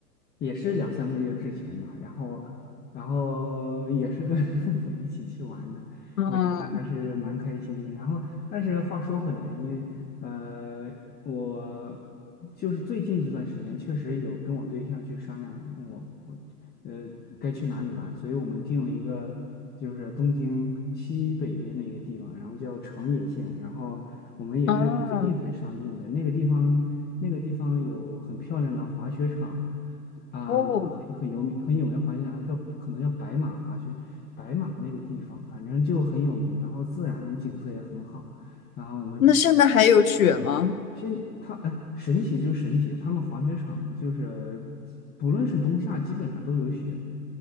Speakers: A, on the left; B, on the left.
A: 也是两三个月之前吧，然后然后也是跟 <laughs> 父母一起去玩的。
B: 嗯
A: 我觉得还是蛮开心的。然后，但是话说回来，因为呃，我就是最近这段时间确实有跟我对象去商量我，我呃该去哪里玩，所以我们定了一个就是东京西北边的一个地方，然后叫长野县，然后我们也是最近才商定的。
B: 啊
A: 那个地方，那个地方有很漂亮的滑雪场，啊，
B: 哦
A: 有个很很有名很有名的滑雪场叫可能叫白马滑雪，白马那个地方反正就很有名，然后自然景色也很好。然后我们准备
B: 那现在还有雪吗？
A: 现他哎，神奇就神奇，他们滑雪场就是不论是冬夏，基本上都有雪，